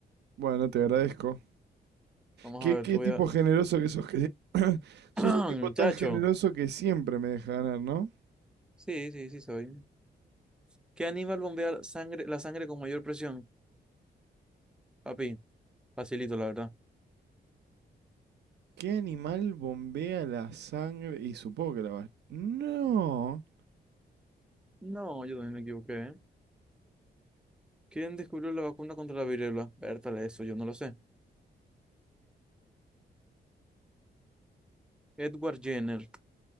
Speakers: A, on the right (about 75°); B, in the centre.
A: Bueno, te agradezco.
B: Vamos
A: Qué,
B: a ver,
A: qué
B: te voy
A: tipo
B: a...
A: generoso que sos, que <coughs> <clears throat> sos
B: <clears throat>
A: un tipo tan
B: Chacho.
A: generoso que siempre me deja ganar, ¿no?
B: Sí, sí, sí soy. ¿Qué animal bombea sangre, la sangre con mayor presión? Papi. Facilito, la verdad.
A: ¿Qué animal bombea la sangre? Y supongo que la va... No.
B: No, yo también me equivoqué, ¿eh? ¿Quién descubrió la vacuna contra la viruela? Vértale, eso yo no lo sé. Edward Jenner,